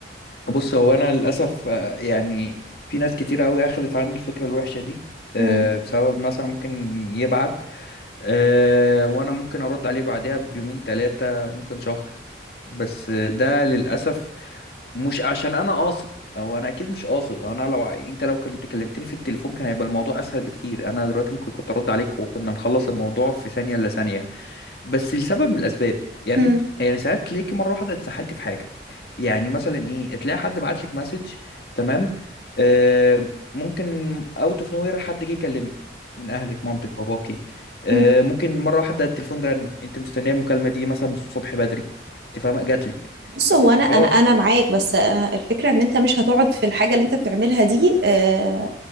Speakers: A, on the left; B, on the right.
A: بص هو انا للاسف آه، يعني في ناس كتير قوي اخذت عني الفكره الوحشه دي آه،
B: امم
A: بسبب مثلا ممكن يبعت آه، وانا ممكن ارد عليه بعدها بيومين ثلاثه ممكن شهر بس آه، ده للاسف مش عشان انا قاصد او انا اكيد مش قاصد أو انا لو ع- انت لو كنت كلمتني في التليفون كان هيبقى الموضوع اسهل بكتير انا دلوقتي ممكن كنت ارد عليك وكنا نخلص الموضوع في ثانيه الا ثانيه بس لسبب من الاسباب يعني
B: امم
A: انت- يعني ساعات تلاقيكي مره واحده اتسحلتي في حاجه يعني مسلا ايه تلاقي حد بعت لك مسج تمام آه ممكن اوت اوف نوير حد جه يكلمك من اهلك مامتك باباكي آه
B: امم
A: ممكن مره واحده التليفون رن انت مستنيه المكالمه دي مثلا من الصبح بدري انت فاهمه جات لك
B: بص
A: ف-
B: هو
A: فخلاص
B: انا انا انا معاك بس أنا الفكره ان انت مش هتقعد في الحاجه اللي انت بتعملها دي آه،